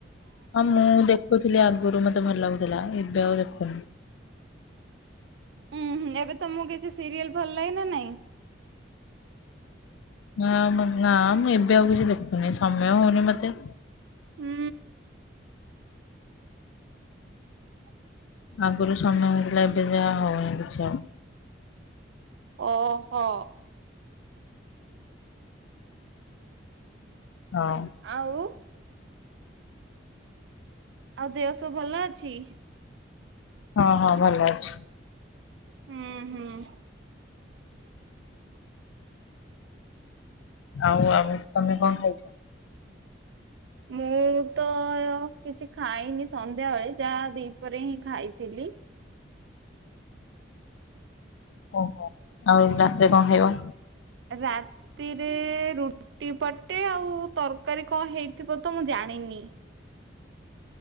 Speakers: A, on the left; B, on the right.
A: ହଁ ମୁଁ ଦେଖ। କହୁଥିଲି ଆଗରୁ ମୋତେ ଭଲ ଲାଗୁଥିଲା ଏବେ ଆଉ ଦେଖୁନି।
B: ଉୁଁ ହୁଁ ଏବେ ତମକୁ କିଛି ସିରିଏଲ ଭଲ ଲାଗେ ନା ନାଇଁ?
A: ନାଁ ମୁଁ ନାଁ ଏବେ ଆଉ କିଛି ଦେଖୁନି ସମୟ ହଉନି ମୋତେ।
B: ହୁଁ। <unintelligible>
A: ଆଗରୁ ସମୟ ହେଇଥିଲା ଏବେ ଯାହା ହଉନି କିଛି ଆଉ।
B: ଓହୋ।
A: ହଁ।
B: ଆଉ। ଆଉ ଦେହ ସବୁ ଭଲ ଅଛି?
A: ହଁ ହଁ ଭଲ ଅଛି।
B: ହୁଁ ହୁଁ।
A: ଆଉ ଆଉ ତମେ କଣ ଖାଇଛ?
B: ମୁଁ ତ ମୁଁ କିଛି ଖାଇନି ସନ୍ଧ୍ୟାବେଳେ ଯାହା ଦିପହରେ ହିଁ ଖାଇଥିଲି।
A: ଓହୋ ଆଉ ରାତିରେ କଣ ଖାଇବ।
B: ରାତିରେ ରୁଟି ପଟେ ଆଉ ତର କାରୀ କଁ ହେଇଥିବ ତ ମୁଁ ଜାଣିନି।